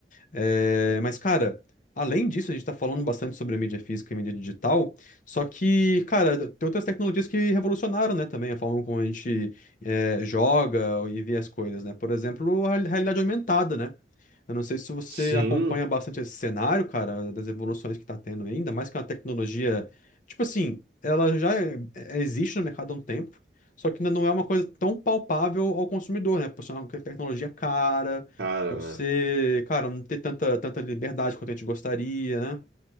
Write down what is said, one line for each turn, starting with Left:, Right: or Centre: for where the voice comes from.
Left: É, mas, cara, além disso, a gente tá falando bastante sobre a mídia física e a mídia digital, só que, cara, tem outras tecnologias que revolucionaram, né, também, a forma como a gente é, joga e vê as coisas, né? Por exemplo, a realidade aumentada, né? Eu não sei se você
Right: Sim,
Left: acompanha bastante esse cenário, cara, das evoluções que tá tendo ainda, mais que uma tecnologia, tipo assim, ela já é- é- existe no mercado há um tempo, só que ainda não é uma coisa tão palpável ao consumidor, né? Por ser uma tecnologia cara
Right: cara,
Left: você,
Right: né?
Left: cara, não ter tanta, tanta liberdade quanto a gente gostaria, né?